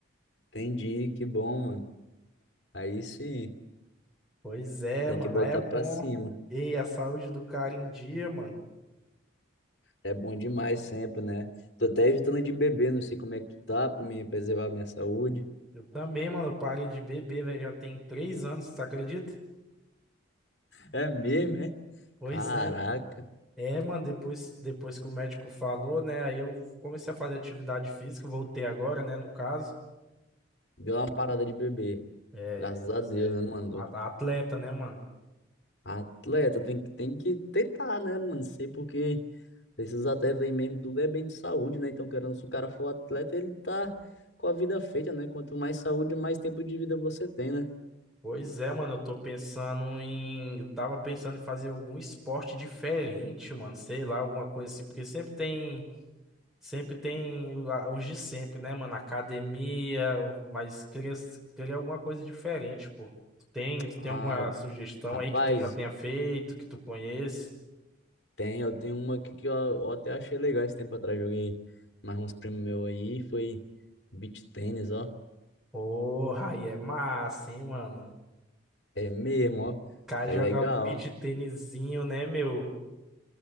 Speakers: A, on the left (about 55°); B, in the centre.
A: Entendi, que bom, mano. Aí sim,
B: Pois é,
A: tem
B: mano.
A: que botar
B: Aí é bom.
A: pra cima.
B: E a saúde do cara em dia, mano.
A: É bom demais sempre, né? Tô até evitando de beber, não sei como é que tu tá, pra me preservar a minha saúde.
B: Eu também, mano. Eu parei de beber, velho. Já tem três anos, você acredita?
A: É mesmo, é?
B: Pois
A: Caraca,
B: é. É, mano. Depois, depois que o médico falou, né? Aí eu comecei a fazer atividade física. Voltei agora, né? No caso.
A: deu uma parada de beber.
B: É,
A: Graças
B: pois
A: a Deus,
B: é.
A: né, mano?
B: A- Atleta, né, mano?
A: Atleta tem que, tem que tentar, né, mano? Sei porque esses atletas aí mesmo, tudo é bem de saúde, né? Então, querendo, se o cara for atleta, ele tá com a vida feita, né? Quanto mais saúde, mais tempo de vida você tem, né?
B: Pois é, mano, eu tô pensando em. Eu tava pensando em fazer algum esporte diferente, mano. Sei lá, alguma coisa assim. Porque sempre tem. Sempre tem o- a- os de sempre, né, mano? Academia, mas queria, queria alguma coisa diferente, pô. Tu tem, tu
A: Ah,
B: tem alguma sugestão
A: rapaz,
B: aí que tu já tenha feito, que tu conheça?
A: Tem, eu tenho uma aqui que eu, eu até achei legal esse tempo atrás. Joguei mais uns primos meus aí. Foi beach tênis, ó.
B: Porra, aí é massa, hein, mano?
A: É mesmo, ó.
B: Kaká jogar
A: É legal,
B: um beach
A: ó.
B: tênisinho, né, meu?